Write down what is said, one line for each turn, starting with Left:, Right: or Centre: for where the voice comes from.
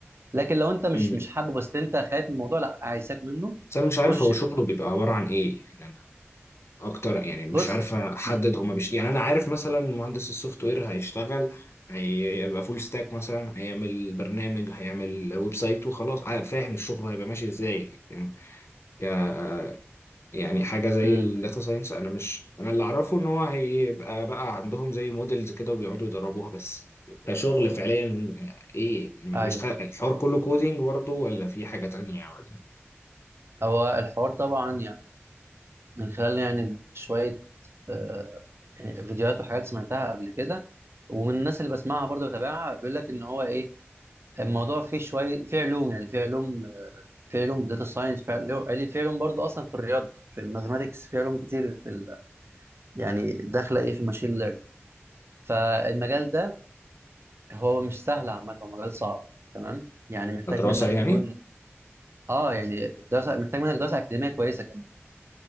Right: لكن لو انت مش
Left: أمم.
Right: مش حابه بس انت خايف من الموضوع لا عايزك منه
Left: بس انا مش عارف
Right: خش
Left: هو
Right: فيه
Left: شغله
Right: So
Left: بيبقى عباره عن ايه يعني انا اكتر يعني مش
Right: بص
Left: عارف احدد
Right: مم.
Left: هما بيش... يعني انا عارف مثلا مهندس السوفت وير هيشتغل هيبقى فول ستاك مثلا هيعمل برنامج هيعمل ويب سايت وخلاص آه، فاهم الشغل هيبقى ماشي ازاي لكن يعني حاجة زي
Right: مم.
Left: الداتا ساينس أنا مش أنا اللي أعرفه إن هو هيبقى بقى عندهم زي موديلز كده وبيقعدوا يدربوها بس كشغل فعليا إيه مش
Right: ايوه
Left: خ- الحوار كله كودينج برضه ولا في حاجة تانية ولا
Right: هو الحوار طبعا يعني من خلال يعني شويه آه، يعني فيديوهات وحاجات سمعتها قبل كده ومن الناس اللي بسمعها برضه بتابعها بيقول لك ان هو ايه الموضوع فيه شويه فيه علوم يعني فيه علوم فيه علوم داتا ساينس فيه علوم يعني فيه علوم برضه اصلا في الرياضه في الماثماتكس فيه علوم كتير في ال... يعني داخله ايه في ماشين ليرنينج فالمجال ده هو مش سهل عامه هو مجال صعب تمام يعني محتاج
Left: كدراسة
Right: منك
Left: يعني؟
Right: تكون اه يعني دراسه محتاج منك دراسه اكاديميه كويسه كمان